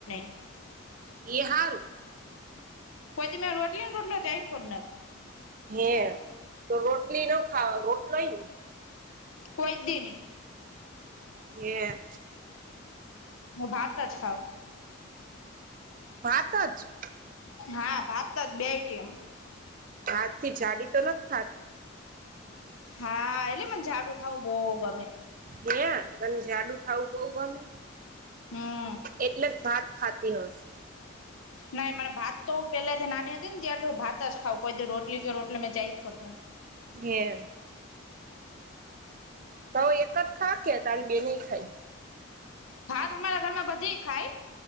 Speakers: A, on the left (about 80°); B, on the right (about 40°).
A: <unintelligible>
B: એ હારું
A: કોઈ દીમેં રોટલી ને રોટલો જઈ <unintelligible>
B: હે તો રોટલી નું ખાવા રોટલોઈ
A: કોઈ દી ની
B: કેમ
A: હું ભાત જ ખઉ.
B: ભાત જ
A: હા ભાત જ બેઈ ટાઈમ
B: ભાત થી જાડી તો નથ થાત
A: હા એટલે મને જાડું થાવું બો ગમે.
B: હે તને જાડું થાવું બઉ ગમે
A: હમ
B: એટલે જ ભાત ખાતી હશ
A: નઈ મને ભાત તો પેલાથી નાની હતી ને ત્યાર થી હું ભાત જ ખાવં કોઈ દી રોટલી કે રોટલો મે ચાયખો નથી.
B: હે તો એક જ ખાકે તારી બેને ખાય.
A: ભાત અમારા ઘરમાં બધી ખાય.